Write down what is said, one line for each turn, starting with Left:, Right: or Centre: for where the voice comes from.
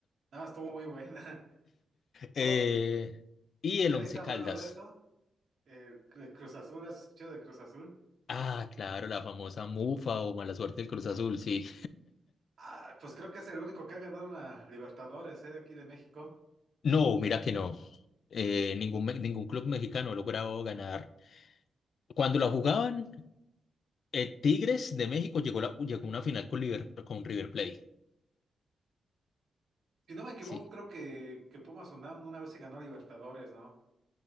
Right: Ah, estuvo muy buena. <laughs> Bro,
Left: Eh, y el
Right: ahorita
Left: Once
Right: hablando
Left: Caldas.
Right: de eso, eh, de Cruz Azul, ¿has escuchado de Cruz Azul?
Left: Ah, claro, la famosa mufa o mala suerte del Cruz Azul, sí.
Right: Ah, pues creo que es el único que ha ganado una Libertadores, eh, aquí de México.
Left: No, mira que no. Eh, ningún, me- ningún club mexicano ha logrado ganar. Cuando la jugaban, eh, Tigres de México llegó, la, llegó a una final con River, con River Plate.
Right: Si no me equivoco,
Left: Sí.
Right: creo que, que Pumas UNAM una vez se ganó Libertadores, ¿no?